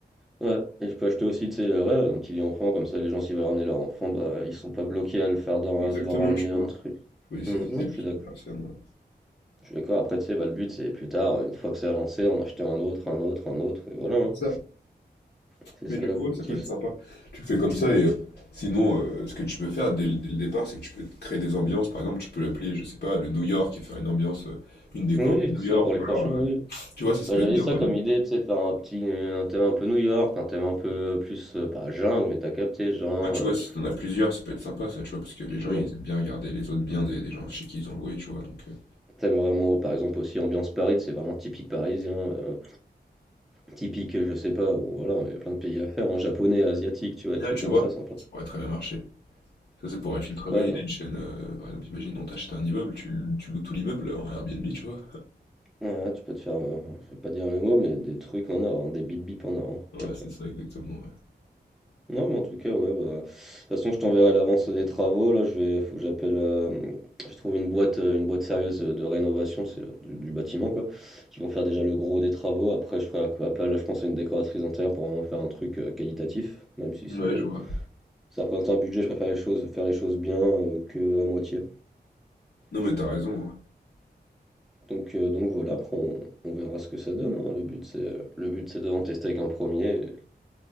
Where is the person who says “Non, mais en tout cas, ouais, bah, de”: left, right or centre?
Centre